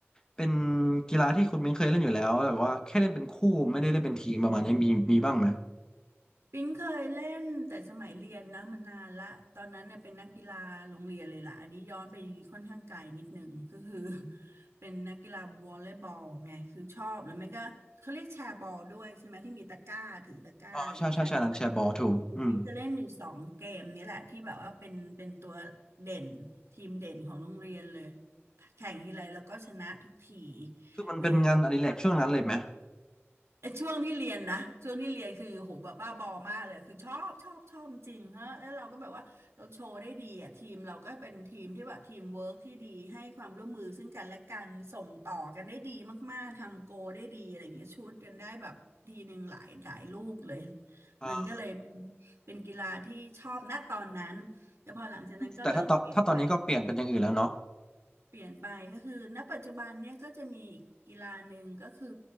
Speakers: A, on the left (about 15°); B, on the right (about 80°).
A: เป็นกีฬาที่คุณปิ๊งเคยเล่นอยู่แล้วแบบว่าแค่เล่นเป็นคู่ไม่ได้เล่นเป็นทีมประมาณนี้มีมีบ้างไหม
B: ปิ๊งเคยเล่นแต่สมัยเรียนนะมันนานละตอนนั้นเนี่ยเป็นนักกีฬาโรงเรียนเลยล่ะอันนี้ย้อนไปค่อนข้างไกลนิดหนึ่งก็คือ <laughs> เป็นนักกีฬาวอลเลย์บอลไงคือชอบแล้วไม่ก็เขาเรียกแชร์บอลด้วยใช่ไหมที่มีตะกร้าถือตะกร้าอะไรอย่างเงี้ยอันนี้เป็น
A: อ๋อใช่ใช่ใช่นั้นแชร์บอลถูกอืม
B: ปิ๊งจะเล่นอยู่สองเกมนี้แหละที่แบบว่าเป็นเป็นตัวเด่นทีมเด่นของโรงเรียนเลยแข่งทีไรเราก็ชนะทุกที
A: คือมันเป็นงานอดิเรกช่วงนั้นเลยไหม
B: เออ ไอ้ช่วงที่เรียนนะช่วงที่เรียนคือโหแบบบ้าบอมากเลยคือชอบชอบชอบจริงฮะแล้วเราก็แบบว่าเราโชว์ได้ดีอ่ะทีมเราก็เป็นทีมที่แบบทีมเวิร์กที่ดีให้ความร่วมมือซึ่งกันและกันส่งต่อกันได้ดีมากๆทำโกลได้ดีอะไรอย่างเงี้ยชุดกันได้แบบทีหนึ่งหลายหลายลูกเลย
A: อ่า
B: มันก็เลยเป็นเป็นกีฬาที่ชอบณตอนนั้นแต่พอหลังจากนั้นก็เริ่มเปลี่ยนไป
A: แต่ถ้าตอนถ้าตอนนี้ก็เปลี่ยนเป็นอย่างอื่นแล้วเนาะ
B: เปลี่ยนไปก็คือณปัจจุบันเนี่ยก็จะมีอีกกีฬาหนึ่งก็คือ